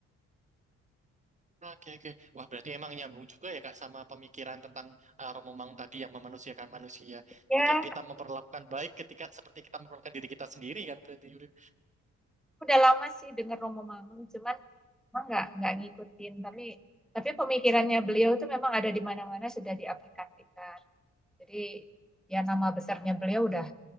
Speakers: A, on the right; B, in the centre.
A: Oke, oke. Wah, berarti emang nyambung juga ya, Kak, sama pemikiran tentang uh, Romo Mangun tadi yang memanusiakan manusia.
B: Ya,
A: Jadi kayak kita memperlakukan baik ketika seperti kita memperlakukan diri kita sendiri kan, berarti Yurin
B: udah lama sih denger Romo Mangun cuman emang nggak nggak ngikutin tapi tapi pemikirannya beliau tuh memang ada di mana-mana sudah diaplikasikan jadi ya nama besarnya beliau udah